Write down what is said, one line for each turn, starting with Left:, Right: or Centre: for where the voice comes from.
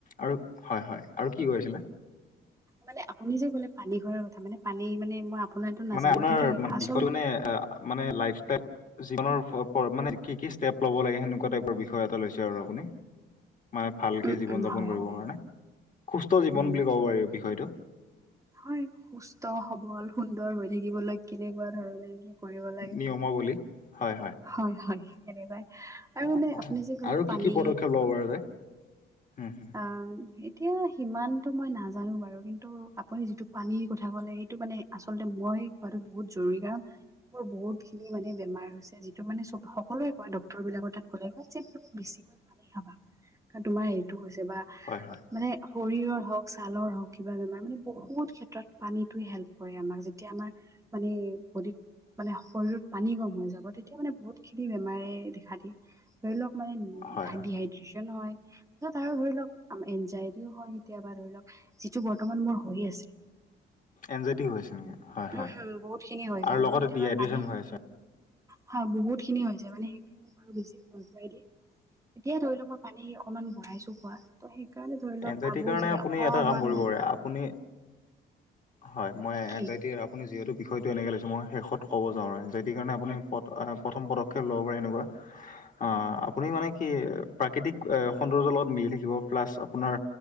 Left: আৰু হয় হয় আৰু কি ক কৈছিলে?
Right: মানে আপুনি যে ক'লে পানী খোৱাৰ কথা মানে পানী মানে মই আপোনাৰতো নাজানো
Left: মানে আপোনাৰ
Right: কিন্তু
Left: অ
Right: আচল
Left: বিষয় মানে মানে লাইফষ্টাইল জীৱনৰ মানে কি কি ষ্টেপ ল'ব লাগে সেনেকুৱা টাইপৰ বিষয় এটা লৈছে আৰু আপুনি মানে ভালকে
Right: উম
Left: জীৱন
Right: উম
Left: যাপন
Right: হয়
Left: কৰিব
Right: হয়
Left: কাৰণে সুস্থ জীৱন
Right: উম
Left: বুলি ক'ব পাৰি বিষয়টো।
Right: হয় সুস্থ সবল সুন্দৰ হৈ থাকিবলৈ কেনেকুৱা ধৰণে কি কৰিব লাগে
Left: নিয়মাৱলী হয়
Right: হয় হয় সেনেকুৱাই আৰু
Left: অ',
Right: মানে
Left: অ',
Right: আপুনি যে কলে
Left: আৰু
Right: পানী
Left: কি কি পদক্ষেপ ল'ব পৰা যায়? হুম, হুম,
Right: অ এতিয়া সিমান টো মই নাজানো বাৰু কিন্তু আপুনি যিটো পানীৰ কথা ক'লে সেইটো মানে আচলতে মই খোৱাটো বহুত জৰুৰ- <unintelligible> মোৰ বহুত খিনি মানে বেমাৰ হৈছে। যিটো মানে চব সকলোৱে কয় ডক্তৰ বিলাকৰ তাত গ'লে বেছিকৈ পানী খাবা। কাৰণ তোমাৰ এইটো হৈছে বা
Left: হয়, হয়,
Right: মানে শৰীৰৰ হওক ছালৰ হওঁক কিবা বেমাৰ মানে বহুত ক্ষেত্ৰত পানীটো হেল্প কৰে আমাক যেতিয়া আমাৰ পানীৰ বদীত মানে শৰীৰত পানী কম হৈ যাব তে তেতিয়া মানে বহুত খিনি বেমাৰে দেখা দিয়ে ধৰি লওক মানে
Left: হয়, হয়,
Right: ডিহাইড্ৰেচেন নহয় আৰু ধৰি লওক এনজাইটিও হয় কেতিয়াবা ধৰি লওক যিটো বৰ্তমান মোৰ হৈ আছে
Left: এনজাইটি হৈ আছে নেকি? হয়,
Right: <inaudible>
Left: হয়,
Right: উম হম বহুত খিনি হৈ
Left: আৰু
Right: যায় মানে
Left: লগতে
Right: কেতিয়াবা
Left: ডিহাইড্ৰেচন
Right: পানী
Left: হৈ আছে।
Right: হা বহুত খিনি হৈ যায় মানে সেইটো মোক আৰু বেছি ভয় খুৱাই দিয়ে। এতিয়া ধৰি লও মই পানী অকনমান বঢ়াইছো খোৱা ত সেই সেইকাৰণে ধৰি লওক
Left: এনজাইটিৰ
Right: ভাবো
Left: কাৰণে
Right: যে
Left: আপুনি
Right: অকমান
Left: এটা কাম কৰিব
Right: মানে
Left: পাৰে, আপুনি হয় মই
Right: কি
Left: এনজাইটি আপুনি যিহেতু বিষ হয়টো এনেকৈ লৈছোঁ মই শেষত ক'ব যাওঁ ৰাই যেটি কাৰণে আপুনি পদ প্ৰথম পদক্ষেপ ল'ব পাৰে এনেকুৱা অ আপুনি মানে কি প্ৰাকৃতিক সৌন্দৰ্যৰ লগত মিলি থাকিব প্লাছ আপোনাৰ